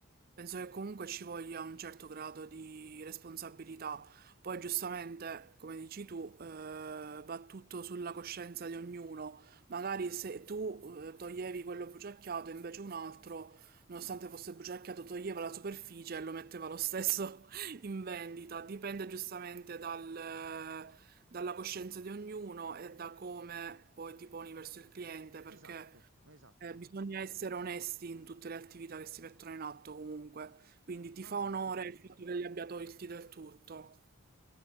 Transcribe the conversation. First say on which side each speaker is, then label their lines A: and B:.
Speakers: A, on the right; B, on the right.
A: Penso che comunque ci voglia un certo grado di responsabilità. Poi giustamente, come dici tu, eh, va tutto sulla coscienza di ognuno. Magari se tu eh, toglievi quello bruciacchiato, invece un altro, nonostante fosse bruciacchiato, toglieva la superficie e lo metteva lo stesso <laughs> in vendita. Dipende giustamente dal- dalla coscienza di ognuno e da come poi ti poni verso il cliente, perché
B: Esatto, esatto.
A: eh, bisogna essere onesti in tutte le attività che si mettono in atto comunque, quindi ti
B: No,
A: fa
B: no,
A: onore
B: ma di fatti.
A: il fatto che li abbia tolti del tutto.